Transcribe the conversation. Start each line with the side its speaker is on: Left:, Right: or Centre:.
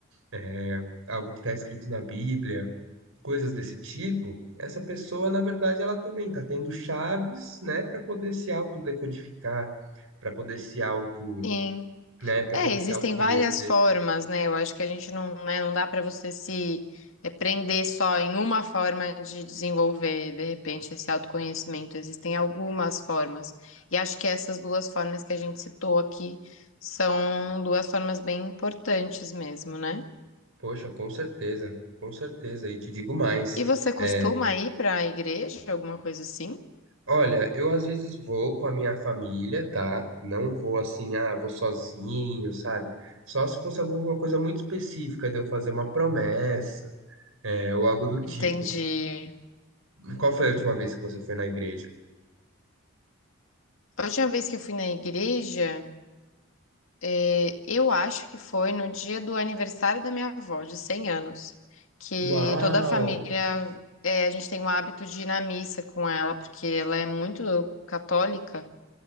Right: é, algo que está escrito na Bíblia, coisas desse tipo, essa pessoa, na verdade, ela também está tendo chaves, né, para poder se autodecodificar, para poder se auto,
Left: Sim.
Right: né, para
Left: É,
Right: poder
Left: existem
Right: se autoconhecer.
Left: várias formas, né? Eu acho que a gente não, né, não dá para você se é, prender só em uma forma de desenvolver, de repente, esse autoconhecimento. Existem algumas formas. E acho que essas duas formas que a gente citou aqui são duas formas bem importantes mesmo, né?
Right: Poxa, com certeza, com certeza, e te digo mais.
Left: E você
Right: É,
Left: costuma ir para a igreja, alguma coisa assim?
Right: olha, eu às vezes vou com a minha família, tá? Não vou assim, ah, vou sozinho, sabe? Só se fosse alguma coisa muito específica de eu fazer uma promessa, é, ou algo do tipo.
Left: Entendi.
Right: Qual foi a última vez que você foi na igreja?
Left: A última vez que eu fui na igreja, eh, eu acho que foi no dia do aniversário da minha avó, de 100 anos, que
Right: Uau!
Left: toda a família, eh, a gente tem o hábito de ir na missa com ela, porque ela é muito católica,